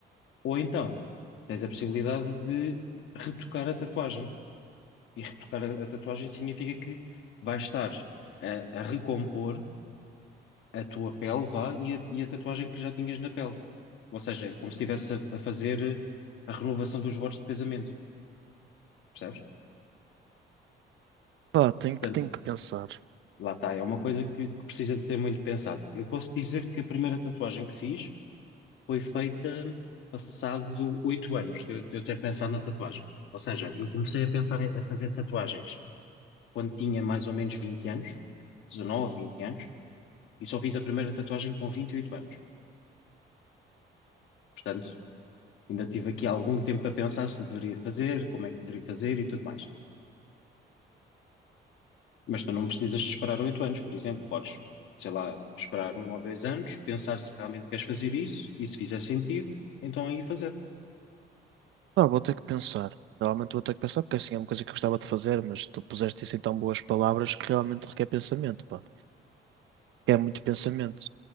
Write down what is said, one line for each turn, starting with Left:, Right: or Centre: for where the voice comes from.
Left: Ou então, tens a possibilidade de retocar a tatuagem E retocar a, a tatuagem significa que vais estar a, a recompor a tua pele, vá, e a, e a tatuagem que já tinhas na pele. Ou seja, é como se estivesse a, a fazer eh, a renovação dos votos de casamento, percebes?
Right: Pá, tenho
Left: Portanto,
Right: que, tenho que pensar.
Left: lá está, é uma coisa que, que precisa de ser muito pensada. Eu posso dizer que a primeira tatuagem que fiz foi feita passado oito anos de, eu de eu ter pensado na tatuagem. Ou seja, eu comecei a pensar em- a fazer tatuagens quando tinha mais ou menos 20 anos, 19, 20 anos, E só fiz a primeira tatuagem com 28 anos. Portanto, ainda tive aqui algum tempo a pensar se deveria fazer, como é que deveria fazer e tudo mais. Mas tu não precisas de esperar 8 anos, por exemplo. Podes, sei lá, esperar um ou dois anos, pensar se realmente queres fazer isso e se fizer sentido, então aí fazer.
Right: Pá, vou ter que pensar. Realmente vou ter que pensar, porque assim é uma coisa que eu gostava de fazer, mas tu puseste isso em tão boas palavras que realmente requer pensamento, pá. Requer muito pensamento.